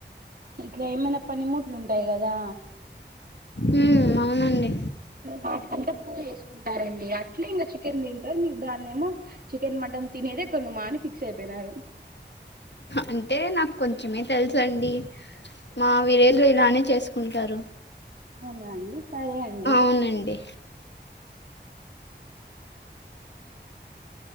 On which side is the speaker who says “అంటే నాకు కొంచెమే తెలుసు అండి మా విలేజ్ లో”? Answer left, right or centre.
Left